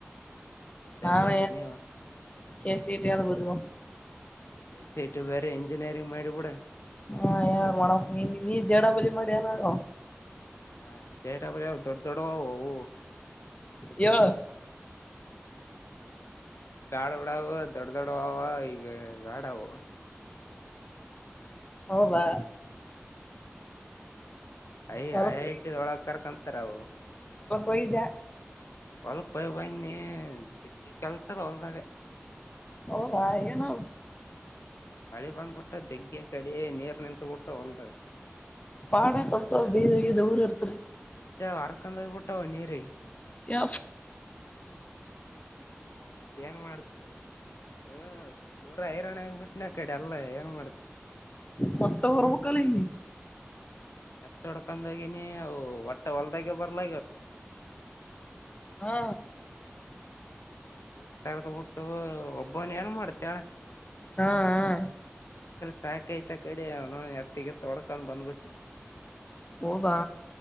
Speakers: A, on the left; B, on the left.
A: ಹ್ಮ್ ಅದೇ
B: ನಾನು
A: ಬರಿತನಿ
B: ಕಸಟಂತ ಬವ
A: ಕೆಸ ಇಟು ಬೇರೆ ಇಂಜಿನಿಯರಿಂಗ್ ಮಾಡಿಬ ಬಿಡ
B: ಹಾ ಯಾರು ಮಾಡ ನೀನ್ ನೀ ಜೇಡ ಬಲಿ ಮಾಡಿ ಯಾರಾರು
A: ನಾಜಯಬ ದೊಡ್ಡ ದೊಡ ಅವ ಹ
B: ಯವ
A: ಗಾಡ ಡಾವ ದೊಡ್ಡ ದೊಡ್ಡ ಅವವ ಈಗ ಗಾಡವು
B: ಹೌವಾಾ
A: ಯ
B: ಹೊಲಕ್
A: ಐ ಐಟಿಿದೊಳಗ್ ಕರ್ಕಂತರ ಅವು
B: ಒಯ್ದ
A: ಒ ಕ ಬ ನೀ ಜಗ್ಗಿ ಕೆಲ್ಸದ ಹೊಲ್ದಾಗ
B: ಹೌದಾ ಏನೋ
A: ಮಳೆ ಬಂದ್ಬಿಟ್ಟ ಜಗ್ಗ ಕಡೆ ನೀರ್ ನಿಂತಬಿಟ್ಟ ಹೊಲ್ದಾಗ
B: ಪಾಡ ಕಲ್ತ ಬೀಜ ಗೀಜ ಊರ್ ಇರ್ತರಿ
A: ಬ ಜರ್ ಕಂದ ಊಟ್ಟಾವ ನೀರೆ
B: ಯ
A: ಏನ್ ಮಾಡ್ತೆೆ ಹ ಹೈರಣಾಣ್ಯ ಆಗಿಬ ಬಿಟ್ಟನ ಕಡೆ ಅಲ್ಲ ಏನ್ ಮಾಡತ
B: ಮತ್ತೆ ಹೊರ್ಬೇಕಕ್ಕಲ್ಲ ನಿ
A: ತೊಡ್ಕೊಂಡೋಗನಿ ಅವು ಹೊಟ್ಟ ಹೊಲ್ದಾಗೆ ಬರ್ಲ
B: ಹಾ
A: ಈಗ ಅ ದೂರ್ ಸಾರದ ಬಿಟ್ಟು ಒಬ್ಬನ ಏನ್ ಮಾಡ್ತ <unintelligible>
B: ಹಾ ಹ
A: ಸಾಕೈತ್ ಕಡೆ ಅವ ನ ಎತ್ತಿಗೆ ಎತ್ತ ತೊಡ್ಕೊಂಡ್ ಬಂದ್ಬಿಟ್ಟಿನ ಆ ಕಡೆ ಮನೆಗೆ
B: ಓವಾ